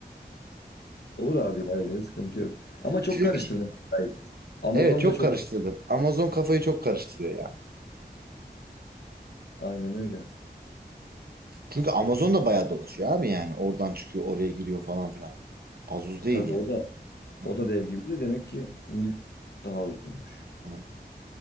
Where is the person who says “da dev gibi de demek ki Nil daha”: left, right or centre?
Left